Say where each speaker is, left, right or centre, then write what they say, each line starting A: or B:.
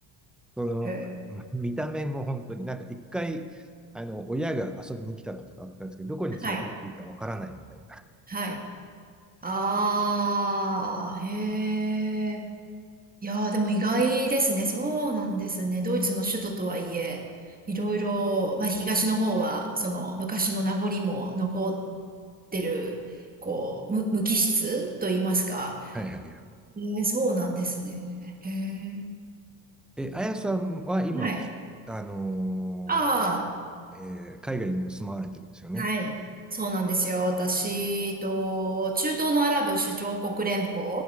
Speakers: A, in the centre; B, on the right.
A: その、
B: へえ、
A: ま見た目も本当になんか一回、あの、親が遊びに来たことがあったんですけど、どこに連れて行っていいかわからないみたいな。
B: はい、はい。ああ、へえ。いやー、でも意外ですね。そうなんですね。ドイツの首都とはいえ、いろいろ、まあ東の方は、その昔の名残も残ってる、こう、無、無機質と言いますか、
A: はいはいはい。
B: ええ、そうなんですね。へえ。
A: え、あやさんは今、
B: はい。
A: あの
B: あ
A: ーえー海外に住まわれてるんですよね。
B: あ、はい。そうなんですよ。私と、中東のアラブ首長国連邦、